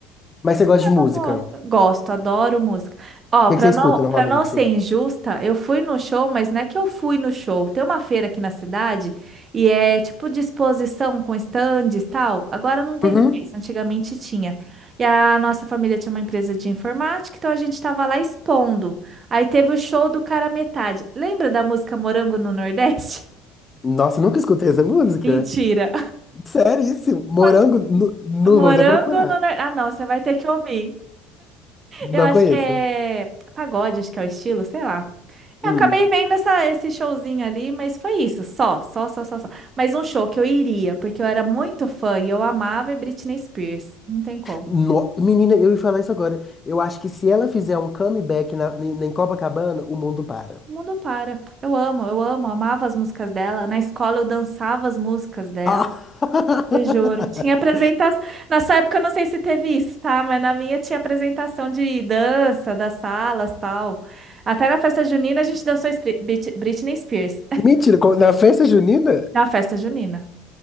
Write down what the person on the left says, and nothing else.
Mas você gosta de música?
O
que
que você escuta
normalmente?
Uhum.
Nossa, nunca escutei essa música.
Seríssimo. Morango,
nu-
nu,
vou até procurar.
Não
conheço.
Hum.
No- Menina, eu ia falar isso agora. Eu acho que se ela fizer um comeback na, em em Copacabana, o mundo para.
Ah! <laughs>
Mentira, com- na festa junina?